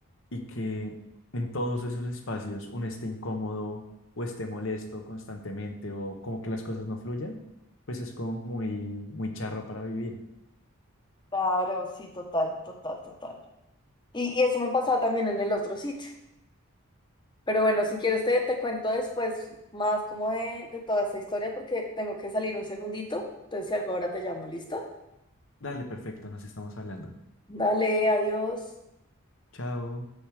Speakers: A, on the left (about 60°); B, on the left (about 20°).
A: y que en todos esos espacios uno esté incómodo o esté molesto constantemente o como que las cosas no fluyan, pues es como muy, muy charro para vivir.
B: Claro, sí, total, total, total. Y, y eso me pasaba también en el otro sitio. Pero bueno, si quieres te, te cuento después más como de, de toda esta historia porque tengo que salir un segundito. Entonces, si algo ahora te llamo, ¿listo?
A: Dale, perfecto, nos estamos hablando.
B: Dale, adiós.
A: Chao.